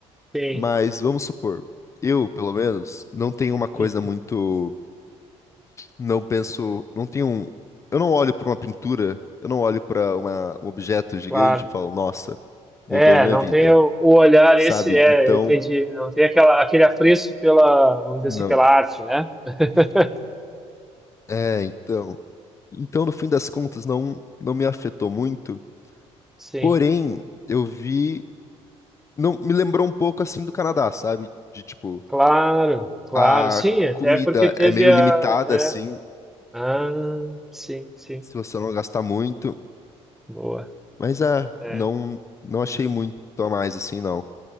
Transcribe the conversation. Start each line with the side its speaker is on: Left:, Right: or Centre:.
Centre: Sim,
Left: mas vamos supor, eu, pelo menos, não tenho uma coisa
Centre: uhum,
Left: muito, não penso, não tenho um, eu não olho pra uma pintura, eu não olho pra uma- um objeto gigante
Centre: claro.
Left: e falo, nossa, mudou
Centre: É,
Left: minha
Centre: não
Left: vida,
Centre: tem o, o olhar
Left: sabe?
Centre: esse, é,
Left: Então,
Centre: eu entendi. Não tem aquela, aquele apreço pela, vamos dizer
Left: não.
Centre: assim, pela arte, né? <laughs>
Left: É, então, então no fim das contas não não me afetou muito.
Centre: Sim,
Left: Porém, eu vi. Não, me lembrou um pouco assim do Canadá, sabe? De tipo,
Centre: claro, claro.
Left: a
Centre: Sim, até
Left: comida
Centre: porque teve
Left: é meio
Centre: a.
Left: limitada,
Centre: É,
Left: assim,
Centre: ah, sim, sim.
Left: se você não gastar muito.
Centre: Boa.
Left: Mas é,
Centre: É.
Left: não, não achei muito a mais, assim, não.